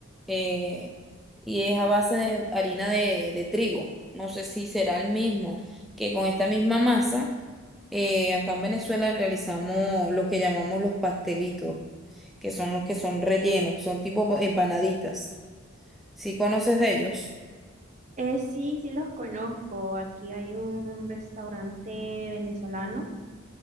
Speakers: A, in the centre; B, on the right (about 35°).
A: Eh, y es a base de harina de, de trigo. No sé si será el mismo, que con esta misma masa, eh, acá en Venezuela realizamos lo que llamamos los pastelitos, que son los que son rellenos, son tipo empanaditas. ¿Sí conoces de ellos?
B: Eh, sí, sí los conozco. Aquí hay un restaurante venezolano